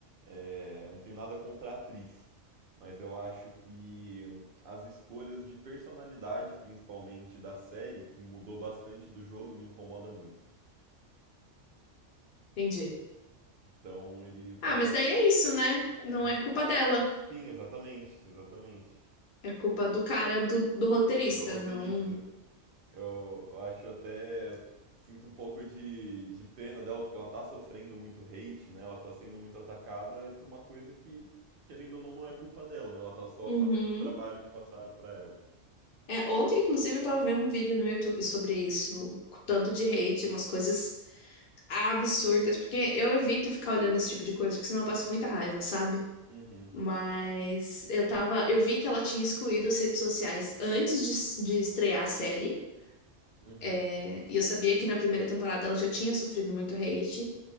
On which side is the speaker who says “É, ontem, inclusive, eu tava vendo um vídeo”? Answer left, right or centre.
Left